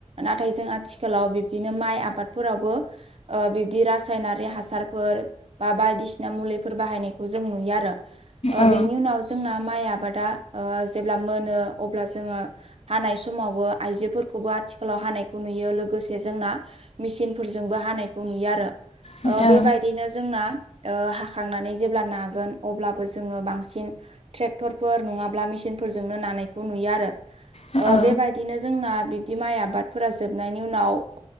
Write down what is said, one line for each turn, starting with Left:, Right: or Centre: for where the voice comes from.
Right: नाथाय जों आथिखालाव बिब्दिनो माइ आबादफोरावबो बिबदि रासायनारि हासारफोर बा बायदिसिना मुलिफोर बाहायनाय खौ जों नुयो आरो
Left: औ
Right: बेनि उनाव जोंना माइ आबादा ओ जेब्ला मोनो अब्ला जोङो हानाय समावबो आइजोफोरखौबो आथिखालाव हानायखौ नुयो लोगोसे जोंना मेसिनफोरजोंबो हानायखौ नुयो आरो
Left: नंगौ
Right: ओ बेबायदिनो जोंना ओ हाखांनानै जेब्ला नागोन अब्लाबो जोङो बांसिन ट्रेक्टरफोर नङाब्ला मेसिनफोरजोंनो नानायखौ नुयो आरो
Left: नोंथां
Right: बेबायदिनो जोंना बिफो बिदि माइ आबादफोरा जोबनायनि उनाव